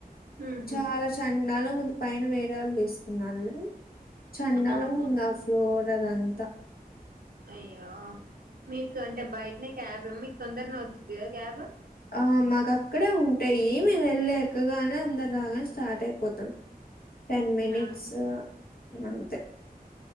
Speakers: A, on the right; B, on the left.
A: ఉహు
B: చాలా చండాల ముందు పైన వే తీసుకున్నా వాళ్ళు చండాల
A: ఆహా
B: ఉందా ఫ్లోర్ అరదంతా
A: అయ్యో మీకు అంటే బయటనే క్యాబ్ మమ్మీ తొందరి న వచ్చింది క్యాబ్
B: ఆ మాకు అక్కడే ఉంటాయి మేము వెళ్ళ ఎక్కగానే అందరు రాగానే స్టార్ట్ అయిపోతుం టెన్ మనిట్స్
A: ఆ
B: అంతే